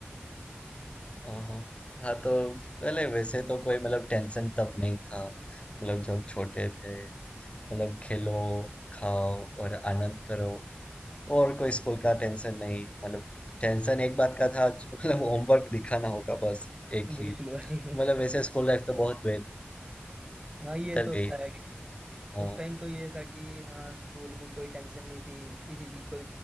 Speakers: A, on the left; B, on the right.
A: हाँ हाँ तो पहले वैसे तो कोई मतलब टेंशन तब नहीं था मतलब जब छोटे थे मतलब खेलो खाओ और आनंद करो और कोई
B: बिल्कुल
A: स्कूल
B: भाई,
A: का टेंशन नहीं मतलब टेंशन एक बात का था जो- मतलब होमवर्क दिखाना होगा बस एक
B: बिल्कुल
A: ही
B: भाई
A: मतलब वैसे स्कूल लाइफ तो बहुत बेहतर
B: हाँ ये
A: गई
B: तो होता
A: थी
B: है
A: हाँ
B: उस टाइम तो ये था कि हाँ स्कूल में कोई टेंशन नहीं थी किसी की कोई